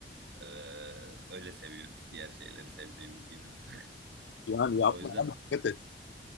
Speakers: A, on the right; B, on the left.
A: Ee, öyle seviyoruz. Diğer şeyleri sevdiğimiz gibi. <laughs>
B: Yani yapma
A: O yüzden
B: abi dikkat et.